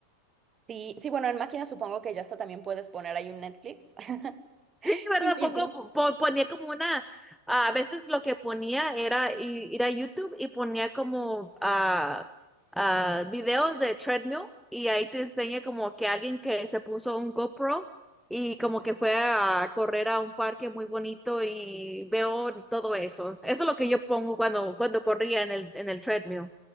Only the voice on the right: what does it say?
Sí, sí, bueno, en máquina supongo que ya hasta también puedes poner ahí un Netflix. <laughs>
Y mientras.